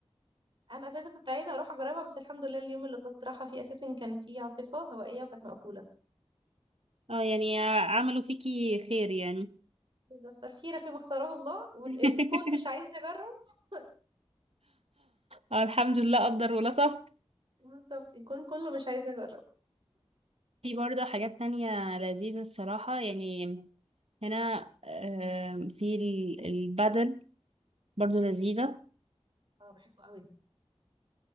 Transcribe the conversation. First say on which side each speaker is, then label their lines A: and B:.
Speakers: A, on the right; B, on the right.
A: انا اساسا كنت عايزه اروح اجربها بس الحمد لله اليوم اللي كنت رايحه فيه اساسا كان فيه عاصفه هوائيه وكانت مقفوله
B: اه يعني عملوا فيكي خير يعني
A: بالظبط الخيره فيما اختاره الله والكون
B: <laughs>
A: مش عايز نجرب <laughs>
B: آه، الحمد لله قدر ولا صف
A: بالظبط الكون كله مش عايز نجرب
B: في برضه حاجات تانية لذيذة الصراحة يعني هنا آم، في ال- البادل برضه لذيذة
A: <laughs> اه بحبه قوي